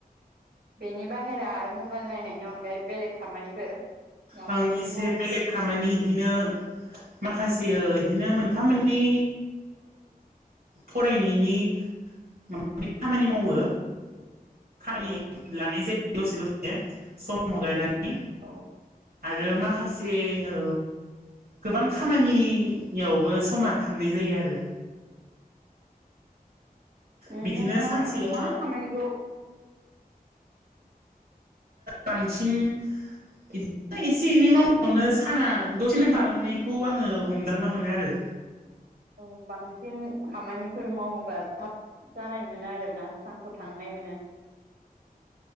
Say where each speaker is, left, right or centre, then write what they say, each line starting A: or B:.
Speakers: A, on the right; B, on the right.
A: बेनि बाहेरा आरो मबाइल नायनायनि अनगायै बेलेग खामानिफोर माबाफोर
B: आं एसे बेलेग खामानि बिदिनो माखासे बिदिनो मोनफा मोननै फरायनायनि माबा खामानि मावो खामानि
A: औ
B: लानाय जायो दसे दसे सम गायनानै
A: औ
B: आरो
A: उम
B: माखासे एसे गोबां खामानियावबो समा थांनाय जायो आरो
A: नोंथाङा
B: बिदिनो सानसेया
A: मा खामानिखौ
B: बांसिन इदि एसे एनै मावनायावनो साना दसेनो बारलांनायखौ आङो हमदांना मोनो आरो
A: औ बांसिन खामानिफोर मावोबा थाब जानायमोन आरोना सानखौ थांनाय मोनो